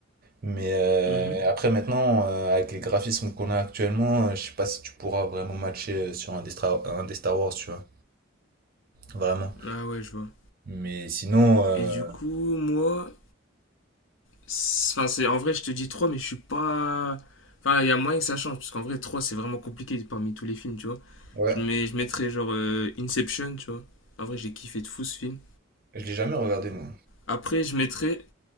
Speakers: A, on the right; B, on the left.
A: Mais euh,
B: Mhm.
A: après maintenant, euh, avec les graphismes qu'on a actuellement, euh, je sais pas si tu pourras vraiment matcher euh, sur un des, Stra- un des Star Wars, tu vois. Vraiment.
B: Ah ouais, je vois.
A: Mais sinon, euh,
B: Et du coup, moi, c'est- enfin, c'est en vrai, je te dis 3 mais je suis pas. Enfin, il y a moyen que ça change, parce qu'en vrai, 3 c'est vraiment compliqué parmi tous les films, tu vois.
A: ouais,
B: Je, mets... je mettrais genre euh, Inception, tu vois. En vrai, j'ai kiffé de fou ce film.
A: je l'ai jamais regardé, non.
B: Après, je mettrais